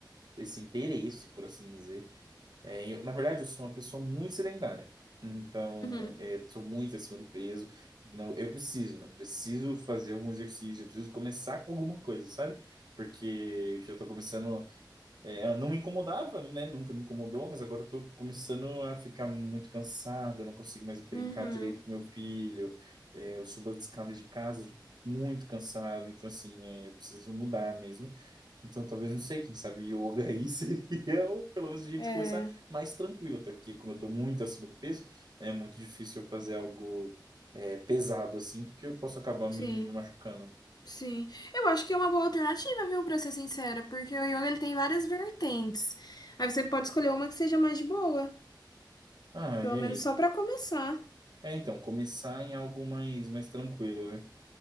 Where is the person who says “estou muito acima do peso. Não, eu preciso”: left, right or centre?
Right